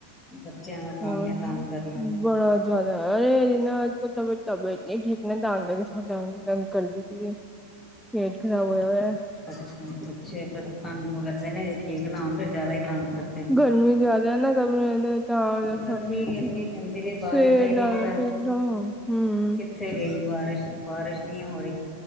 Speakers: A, on the left; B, in the centre.
A: ਬੱਚਿਆਂ ਦਾ ਕੰਮ
B: ਹੋਰ
A: ਹੈ ਤੰਗ ਕਰਨਾ।
B: ਬੜਾ ਜਿਆਦਾ ਏ - ਨਾ ਅੱਜ ਕੱਲ ਤਬੀ ਤਬੀਅਤ ਨੀ ਠੀਕ ਨਾ ਤਾ ਕਰਕੇ ਥੜਾ ਤੰ ਤੰਗ ਕਰਦੀ ਪਈ ਏ- ਪੇਟ ਖਰਾਬ ਹੋਇਆ ਹੋਯਾ-
A: ਅੱਛੇ ਬੱਚੇ, ਫੇਰ ਤੰਗ ਜਰੂਰ ਕਰਦੇ ਨੇ। ਠੀਕ ਨਾ ਹੋਣ ਫੇਰ, ਜਿਆਦਾ ਈ ਤੰਗ ਕਰਦੇ ਨੇ,
B: ਗਰਮੀ ਜ਼ਿਆਦਾ ਨਾ ਗਰਮੀ ਤਾਂ
A: ਗਰਮੀ
B: ਫੇਰ ਪੇਟ
A: ਏਨੀ ਹੈ। ਹਜੇ ਵੀ ਬਾਰਿਸ਼,
B: ਸਵੇਰ
A: ਦਾ ਈ
B: ਨਾਲ
A: ਨਈ ਪਤਾ
B: ਪੇਟ ਹਮ
A: ਕਿੱਥੇ ਗਈ? ਬਾਰਿਸ਼ ਬਾਰਿਸ਼ ਨੀ ਨਈ ਹੋ ਰਹੀ।